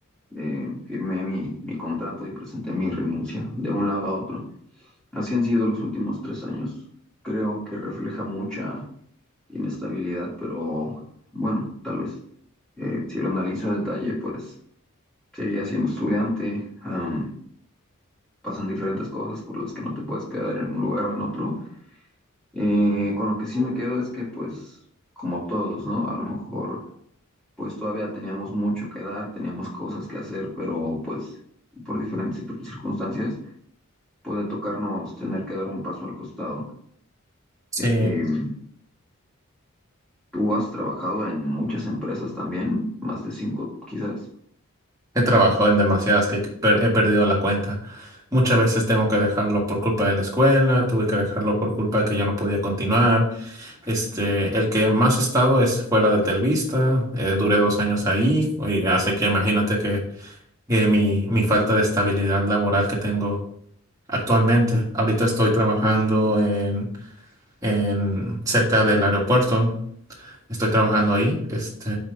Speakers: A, in the centre; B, on the right.
A: Eh, firmé mi, mi contrato y presenté mi renuncia de un lado a otro. Así han sido los últimos tres años. Creo que refleja mucha inestabilidad, pero bueno, tal vez. Eh, si lo analizo a detalle, pues seguía siendo estudiante, am, pasan diferentes cosas por las que no te puedes quedar en un lugar o en otro. Eh, con lo que sí me quedo es que, pues, como todos, ¿no? A lo mejor, pues todavía teníamos mucho que dar, teníamos cosas que hacer, pero pues por diferentes cir- circunstancias puede tocarnos tener que dar un paso al costado.
B: Sí,
A: Em, tú has trabajado en muchas empresas también, más de cinco quizás.
B: he trabajado en demasiadas que per- he perdido la cuenta. Muchas veces tengo que dejarlo por culpa de la escuela, tuve que dejarlo por culpa de que ya no podía continuar. Este, el que más he estado es, fue la de Telvista. eh, duré dos años ahí, y así que imagínate que, que mi, mi falta de estabilidad laboral que tengo actualmente. Ahorita estoy trabajando en, en cerca del aeropuerto. Estoy trabajando ahí. Este,